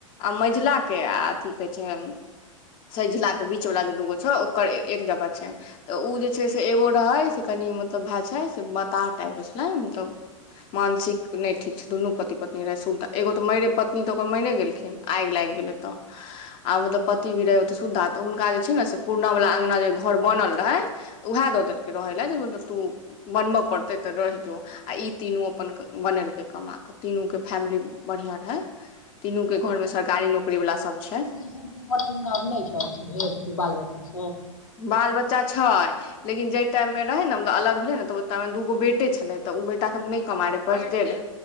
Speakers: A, on the left; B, on the left.
A: आ मझीला के आथी कहै छै सेझिला के बीच वाला जे दूगो छौ ओकर एक जगह छै तऽ ओ जे छै से एगो रहै से कह कनि मतलब भैए छै से बताह टाइप के छलै मतलब मानसिक नहि ठीक छै दुनू पति पत्नी रहय सुविधा एगो तऽ मरे पत्नी तऽ ओकर मायरे गेलखिन आगि लागि गेलै तऽ आ मतलब पति भी रहे ओते सुधा तऽ हुनका जे छै ने से पुरना वाला अङंना जे घर बनल रहे उएह द देलके रहैा लै तू बनबे परते त रहि जो आ ई तीनू अपन बनेल कमा तीनू फैमिली बढ़िया रहै तीनू के घर में सरकारी नौकरी वला सब छै
B: नका नहि छ अ भेल छै बाल बच्चा सब
A: बाल बच्चा छै लेकिन जाहि टाइम मे रहे ने अलग भेले ने तऽ ओ टाइमे दूगो बेटे छले तऽ ओ तखन नहि कमा रहे पढ़ते रे